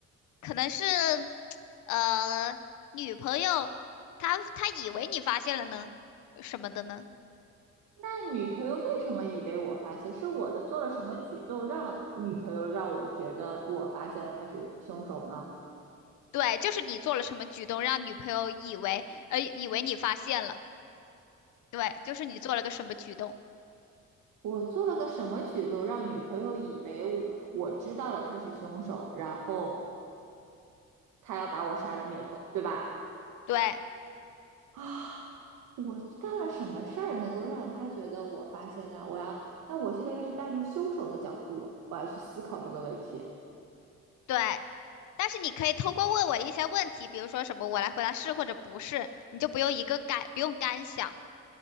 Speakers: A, on the left (about 75°); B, on the right (about 80°).
A: 可能是，呃，女朋友她她以为你发现了呢，什么的呢？
B: 那女朋友为什么以为我发现？是我的做了什么举动让女朋友让我觉得我发现了他是凶手呢？
A: 对，就是你做了什么举动，让女朋友以为，呃，以为你发现了，对，就是你做了个什么举动，
B: 我做了个什么举动让女朋友以为我我知道了他是凶手，然后他要把我杀了灭口，对吧？
A: 对
B: 啊，我干了什么事儿能够让他觉得我发现呢？我要，那我现在应该是带入凶手的角度，我要去思考这个问题。
A: 对。但是你可以通过问我一些问题，比如说什么我来回答是或者不是，你就不用一个干，不用干想。